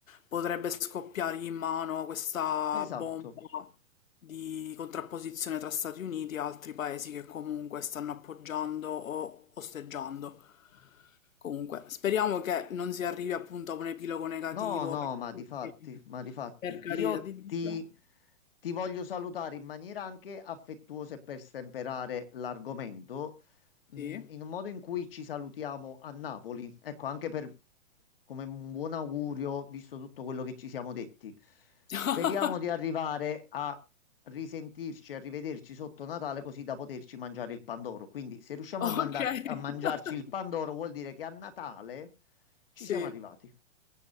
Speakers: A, on the left; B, on the left.
A: potrebbe scoppiargli in mano questa
B: Esatto.
A: bomba di contrapposizione tra Stati Uniti e altri paesi che comunque stanno appoggiando o osteggiando. Comunque, speriamo che non si arrivi appunto a un epilogo negativo
B: No, no,
A: per
B: ma
A: tutti,
B: difatti, ma difatti,
A: per carità
B: io
A: di
B: ti,
A: Dio.
B: ti voglio salutare in maniera anche affettuosa e per stemperare l'argomento,
A: Sì.
B: mm, in un modo in cui ci salutiamo a Napoli. Ecco, anche per, come un buon augurio, visto tutto quello che ci siamo detti.
A: <laughs>
B: Speriamo di arrivare a risentirci, a rivederci sotto Natale, così da poterci mangiare il Pandoro. Quindi, se riusciamo
A: Okay.
B: a mandar- a mangiarci
A: <laughs>
B: il Pandoro, vuol dire che a Natale ci
A: Sì,
B: siamo arrivati.